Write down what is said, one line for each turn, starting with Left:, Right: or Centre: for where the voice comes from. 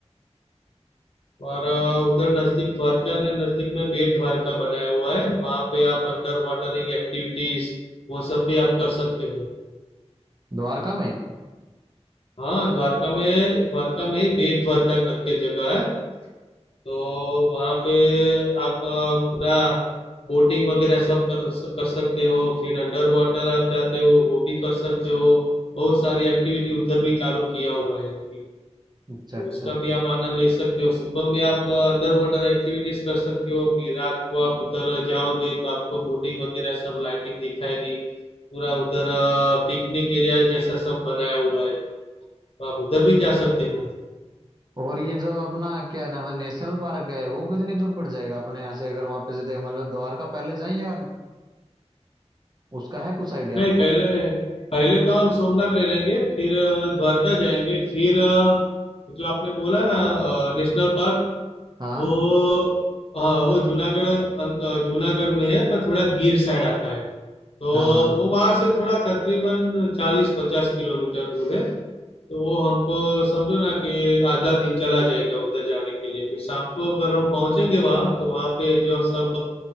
Left: हमारा उधर नजदीक द्वारका ने नजदीक में बेट द्वारका बनाया हुआ है वहां पे आप अंडर वाटरिंग एक्टिविटीज वो सब भी आप कर सकते हो
Right: द्वारका में
Left: हाँ द्वारका में द्वारका में ही बेट द्वारका करके जगह है तो वहां पे आप अ, पूरा बोटिंग वगैरह सब कर कर सकते हो फिर अंडर वाटर आप जाते हो वो भी कर सकते हो बहुत सारी एक्टिविटी उधर भी चालू किया हुआ है अभी
Right: अच्छा
Left: तो
Right: अच्छा
Left: उसका भी आप आनंद ले सकते हो सुबह में आप अंडर वाटर एक्टिविटीज कर सकते हो फिर रात को आप उधर जाओगे तो आपको बोटिंग वगैरह सब लाइटिंग दिखाएगी पूरा उधर पिकनिक एरिया जैसा सब बनाया हुआ है तो आप उधर भी जा सकते हो
Right: और ये जो अपना क्या नाम है नेशनल पार्क है वो कितनी दूर पड़ जाएगा अपने यहाँ से अगर वहां पे से देख मतलब द्वारका पहले जाए या उसका है कुछ आइडिया
Left: नहीं
Right: आपको
Left: पहले पहले तो हम सोमनाथ ले लेंगे फिर अ, द्वारका जाएंगे फिर अ, जो आपने बोला ना नेशनल पार्क
Right: हाँ
Left: वो हाँ वो जूनागढ़ अं- अ, जूनागढ़ में है पर थोड़ा गिर साइड आता है तो
Right: हाँ हाँ
Left: वो वहां से थोड़ा करीबन चालीस पचास किलोमीटर दूर है तो वो हमको समझो ना कि आधा दिन चला जाएगा उधर जाने के लिए फिर शाम को अगर हम पहुंचेंगे वहां तो वहां पे जो सब